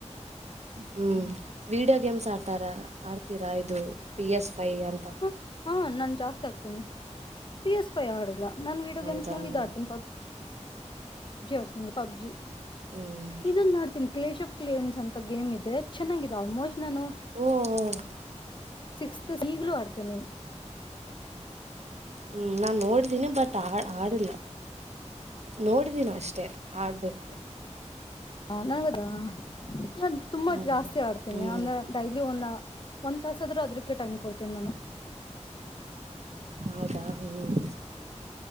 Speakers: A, on the right; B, on the left.
A: ಹ್ಮ್ ವಿಡಿಯೋ ಗೇಮ್ಸ್ ಆಡ್ತಾರ ಆಡ್ತೀರಾ ಇದು ಪಿ ಎಸ್ ಫೈ ಅಂತ
B: ಹ್ ಹಾ ನನ್ ಜಾಸ್ತಿ ಪಿ ಎಸ್ ಪೈ ಆಡಿಲ್ಲ ನಾನು ವಿಡಿಯೋ
A: ಹೌದಾ
B: ಗೇಮ್ ನಲ್ಲಿ
A: ಹ್ಮ್
B: ಇದ್ ಆಡ್ತೀನಿ ಪಬ್ ಪಬ್ಜಿ ಆಡ್ತಂದಿ ಪಬ್ಜಿ
A: ಹ್ಮ್
B: ಇದೊಂದ ಆಡ್ತೀನಿ ಕ್ಲೇಶ್ ಆಫ್ ಕ್ಲೇನ್ಸ್ ಅಂತ ಗೇಮ್ ಇದೆ ಚೆನ್ನಾಗಿತ್ತು ಆಲ್ಮೋಸ್ಟ್ ನಾನು
A: ಓ
B: ಸಿಕ್ಸ್ತ್ ಈಗ್ಲೂ ಆಡ್ತೀನಿ
A: ಹ್ಮ್ ನಾನ್ ನೋಡಿದ್ದೀನಿ ಬಟ್ ಆ ಆಡಿಲ್ಲ ನೋಡಿದೀನಿ ಅಷ್ಟೆ ಆಡ್ಬೇಕು
B: ಹ ನಂಗದಾ ನಾನ್ ತುಂಬಾ
A: ಹ್ಮ್
B: ಜಾಸ್ತಿ ಆಡ್ತೀನಿ
A: ಹ್ಮ್
B: ಅಂದ್ರೆ ಡೈಲಿ ಒಂದ ಒಂದ್ ತಾಸ ಆದ್ರೂ ಅದಕ್ಕೆ ಟೈಮ್ ಕೊಡ್ತೇನಿ ನಾನು
A: ಹೌದ ಹ್ಮ್